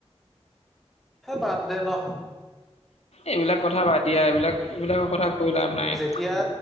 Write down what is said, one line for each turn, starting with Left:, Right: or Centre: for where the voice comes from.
Centre: বাদ দে ন
Left: এইবিলাক কথা বাদ দিয়া এইবিলাক এইবিলাকৰ কথা কৈ লাভ নাই
Centre: এতিয়া